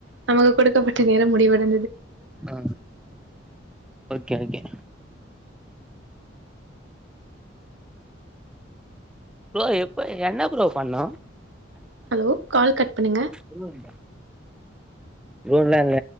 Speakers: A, on the right; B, in the centre.
A: நமக்கு கொடுக்கப்பட்ட நேரம் முடிவட
B: ஆ ஓகே ஓகே ப்ரோ எப்ப என்ன ப்ரோ பண்ணோம்
A: ஹலோ கால் கட் பண்ணுங்க
B: <unintelligible> <unintelligible> லா இல்ல